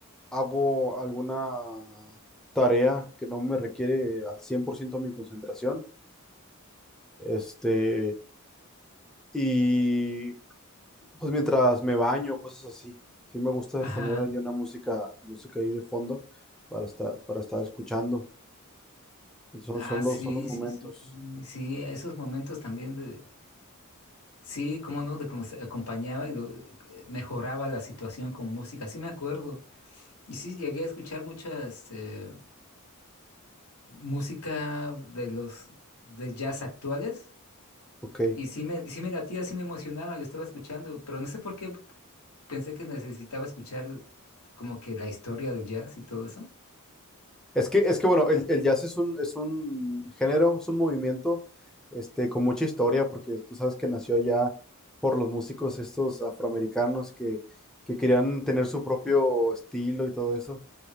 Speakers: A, in the centre; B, on the left (about 85°).
A: hago alguna tarea que no me requiere al 100% mi concentración, este, y pues mientras me baño, cosas así. Sí me gusta
B: Ajá.
A: poner ahí una música, música ahí de fondo para estar, para estar escuchando. Son,
B: Ah,
A: son
B: sí,
A: los, son los momentos.
B: sí, sí. Sí, esos momentos también de... Sí, cómo no, de cómo se acompañaba y lo- mejoraba la situación con música. Sí me acuerdo. Y sí, llegué a escuchar mucha este, música de los de jazz actuales.
A: Ok.
B: Y sí me, sí me latía, sí me emocionaba, lo estaba escuchando, pero no sé por qué pensé que necesitaba escuchar como que la historia del jazz y todo eso.
A: Es que, es que bueno, el, el jazz es un, es un género, es un movimiento este, con mucha historia, porque tú sabes que nació ya por los músicos estos afroamericanos que, que querían tener su propio estilo y todo eso,